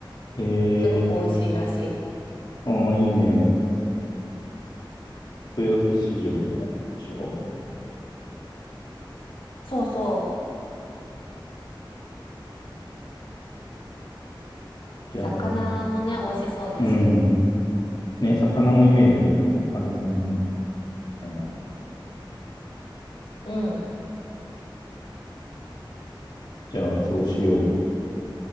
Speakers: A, on the left; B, on the left.
A: へ
B: すごく美味しいらしい。
A: え、ああ、いいね。豊洲市場みたいなんでしょ
B: そうそう。
A: じゃあ、
B: 魚もね、美味しそうだし。
A: うん。ね、魚のイメージあるよね。海鮮みたいな。
B: うん。
A: じゃあ、そうしよう。